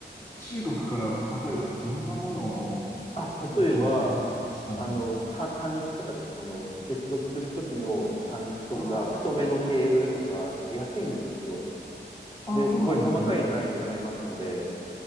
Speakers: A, on the left; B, on the left.
A: 中国から例えばどんなものを
B: あ、
A: あ調達したんですか
B: 例えば、あの、た端子とかです。その、接続するときの端子とか、
A: あー
B: 太めのケーブルとか、でも安いんですよ、すごい。
A: あー、
B: で、
A: そうなんですね。
B: すごい細かい単位で買えますので、